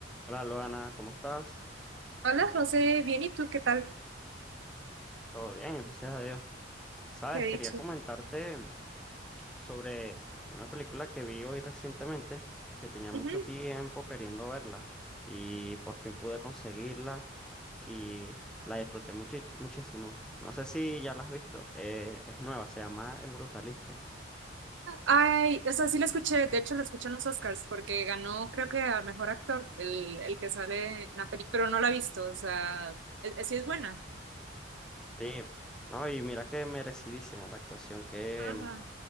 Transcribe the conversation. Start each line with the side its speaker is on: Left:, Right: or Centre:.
Centre: Hola Luana, ¿cómo estás?
Right: Hola, José, bien, ¿y tú qué tal?
Centre: Todo bien, gracias a Dios. Sabes,
Right: ¿Qué he dicho?
Centre: quería comentarte mm, sobre una película que vi hoy recientemente, que tenía
Right: Ujú.
Centre: mucho tiempo queriendo verla y por fin pude conseguirla y la disfruté muchi- muchísimo. No sé si ya la has visto, eh, es nueva, se llama El Brutalista.
Right: Ay, o sea, sí lo escuché, de hecho lo escuché en los Oscars, porque ganó creo que a mejor actor, el, el que sale en la película, pero no la he visto, o sea, es- es- sí es buena.
Centre: Sí, no, y mira que merecidísimo la actuación que,
Right: Ajá.
Centre: mm,